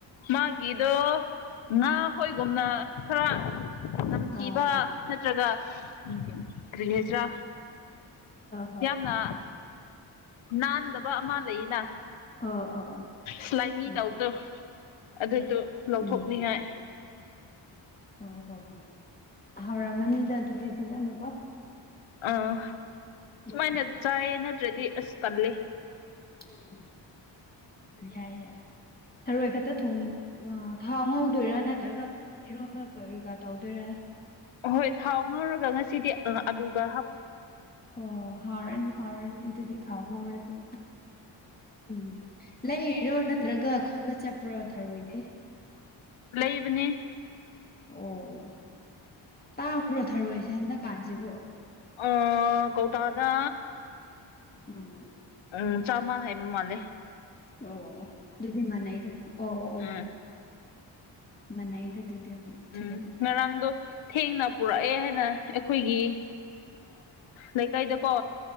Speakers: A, on the left; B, on the left.
A: ꯃꯥꯒꯤꯗꯣ ꯉꯥꯈꯣꯏꯒꯨꯝꯅ ꯈꯔ ꯇꯝꯊꯤꯕ
B: ꯑꯥ ꯑꯥ
A: ꯅꯠꯇ꯭ꯔꯒ ꯎꯝ ꯀ꯭ꯔꯤꯍꯥꯏꯁꯤꯔꯥ
B: ꯍꯣꯏ
A: ꯌꯥꯝꯅ ꯅꯥꯟꯗꯕ ꯑꯃ ꯂꯩꯌꯦꯅ
B: ꯑꯣ ꯑꯣ ꯑꯣ
A: ꯁꯂꯥꯏꯃꯤ
B: ꯎꯝ
A: ꯇꯧꯗꯣ ꯑꯗꯨꯗꯣ ꯂꯧꯊꯣꯛꯅꯤꯡꯉꯥꯏ
B: ꯎꯝ ꯍꯣꯏ ꯍꯣꯏ ꯍꯣꯏ ꯍꯧꯔꯝꯃꯅꯤꯗ ꯑꯗꯨꯗꯤ ꯐꯖꯅꯀꯣ
A: ꯑꯥ ꯁꯨꯃꯥꯏꯅ
B: ꯎꯝ
A: ꯆꯥꯏꯌꯦ ꯅꯠꯇ꯭ꯔꯗꯤ ꯑꯁ ꯄꯜꯂꯦ <unintelligible>
B: ꯎꯝ ꯌꯥꯏ ꯌꯥꯏ ꯁꯔꯣꯏ ꯈꯛꯇ ꯊ ꯊꯥꯎ ꯉꯧꯗꯣꯏꯔꯥ ꯅꯠꯇ꯭ꯔꯒ ꯑꯗꯨꯝ ꯏꯔꯣꯝꯕ ꯏꯒ ꯇꯧꯗꯣꯏꯔꯦ
A: ꯑꯍꯣꯏ ꯊꯥꯎ ꯉꯧꯔꯒ ꯉꯁꯤꯗꯤ ꯎ ꯑꯗꯨꯒ ꯑꯣ
B: ꯑꯣ ꯍꯧꯥꯎꯔꯅꯤ ꯍꯥꯎꯔꯅꯤ ꯑꯗꯨꯗꯤ ꯊꯥꯎꯍꯧꯔꯁꯤ ꯎꯝ ꯂꯩꯏꯔꯣ ꯅꯠꯇ꯭ꯔꯒ ꯈꯣꯟꯕ ꯆꯠꯄ꯭ꯔꯣ ꯊꯔꯑꯣꯣꯏꯗꯤ
A: ꯂꯩꯕꯅꯤ
B: ꯑꯣ ꯇꯥꯡꯕ꯭ꯔꯣ ꯊꯔꯣꯏꯁꯦ ꯍꯟꯗꯛꯀꯥꯟꯁꯤꯕꯨ
A: ꯑ ꯀꯧꯇꯥꯗ
B: ꯎꯝ
A: ꯎꯝ ꯆꯃ ꯍꯥꯏ ꯍꯥꯏꯃ ꯃꯥꯦ
B: ꯑꯣ ꯑꯣ ꯑꯗꯨꯗꯤ ꯃꯥꯟꯅꯩꯗ ꯑꯣ ꯑꯣ ꯑꯣ
A: ꯎꯝ
B: ꯃꯅꯩꯗ ꯑꯗꯨꯗꯦ ꯆꯤꯗꯒ
A: ꯎꯝ ꯉꯔꯥꯡꯗꯣ ꯊꯦꯡꯅ ꯄꯨꯔꯛꯑꯦ ꯍꯥꯏꯅ ꯑꯩꯈꯣꯏꯒꯤ ꯂꯩꯀꯥꯏꯗꯀꯣ